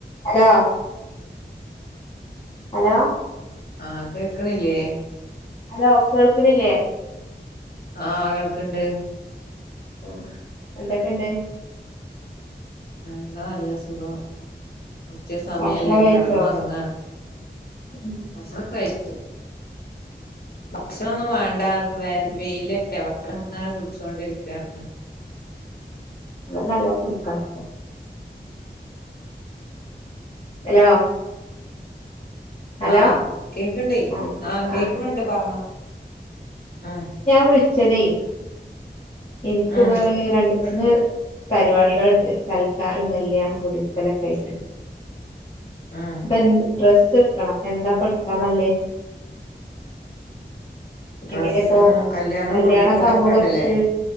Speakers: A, on the left; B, on the left.
A: Hello, hello.
B: ആഹ് കേക്കണില്ലേ?
A: Hello, കേൾക്കണില്ലേ.
B: ആഹ് കേൾക്കുണ്ട്.
A: ആ എന്തൊക്കെണ്ട്.
B: എന്താ നല്ല സുഖം ഉച്ച സമയല്ലേ
A: ഭക്ഷണം കഴിച്ചോ
B: കടന്നുറങ്ങാണ്.
A: ഉം
B: ഭക്ഷണം കഴിച്ചു. ഭക്ഷണംന്നും വേണ്ട വ വെയിലല്ലേ വെള്ളം അങ്ങനെ കുടിച്ചുകൊണ്ടിരിക്കുകയാണ്.
A: അ നല്ലോണം കുടിക്കണപ്പ. ഹലോ, ഹലോ,
B: ആഹ് കേക്കണ്ടേ
A: ആഹ്
B: കേക്കണണ്ട്
A: ആ
B: പറഞ്ഞോ ഉം
A: വിള ചെതെ. ഇനിക്ക്പ്പോ
B: ഉം
A: രണ്ട്. ഇന്ന് പരിപാടികളുണ്ട് സൽക്കാരം കല്യാണം കുടിരിക്കലൊക്കെ ആയിട്ട്.
B: ഉം
A: ഇപ്പ എഡ്രസ്സ് എടുക്കണം അപ്പൊ എന്താ എടുക്കാന്നല്ലേ.
B: ഡ്രസ്സ്
A: എങ്ങനെയപ്പൊ
B: കല്യാണം
A: കല്യാണൊക്കെ
B: കുടിരിക്കലൊക്കെ
A: ആകുമ്പോ കുറച്ച്
B: ഉണ്ടല്ലേ